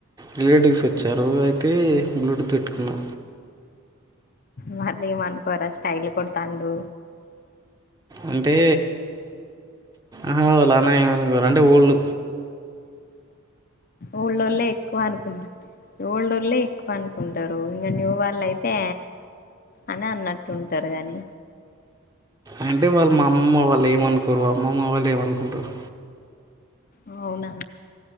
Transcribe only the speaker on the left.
వాళ్లు ఏం అనుకోరా స్టైల్ కొడుతాండు.
ఓల్డ్ ఓళ్లే ఎక్కువ అనుకుంటరు, ఓల్డ్ ఓళ్లే ఎక్కువ అనుకుంటారు ఇంకా న్యూ వాళ్ళు అయితే, అని అన్నట్టు ఉంటారు గాని
ఓ అవునా